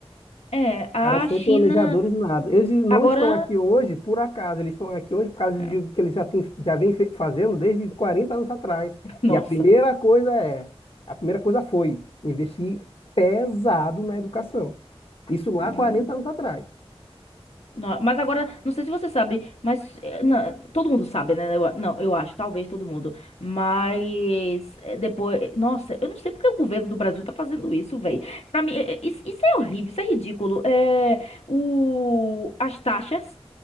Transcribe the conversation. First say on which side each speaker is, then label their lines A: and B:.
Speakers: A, on the left; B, on the left.
A: É, a
B: caras são
A: China
B: planejadores nada. Eles não
A: agora.
B: estão aqui hoje por acaso, eles estão aqui hoje por causa
A: <laughs>
B: de o que eles já, têm, já vêm fe- fazendo desde 40 anos atrás.
A: Nossa.
B: E a primeira coisa é, a primeira coisa foi investir pesado na educação. Isso lá
A: Hum.
B: quarenta anos atrás.
A: Não, mas agora, não sei se você sabe, mas eh, na- todo mundo sabe, né? Eu a- não, eu acho, talvez todo mundo. Mas eh, depois, eh, nossa, eu não sei porque o governo do Brasil tá fazendo isso, velho. Pra mim, eh, eh, isso, isso é horrível, isso é ridículo. É, o, as taxas.